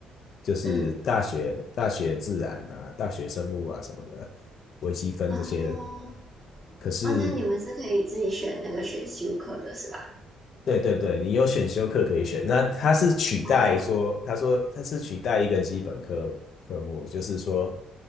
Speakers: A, on the left; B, on the right.
A: 就是大学大学自然啊、
B: 嗯
A: 大学生物啊什么的，微积分这些，
B: 啊。哦
A: 可是
B: 哦，那你们是可以自己选那个选修课的是吧？
A: 对对对，你有选修课可以选。那它是取代说，
B: 哦，
A: 他说它是取代一个基本科科目，就是说，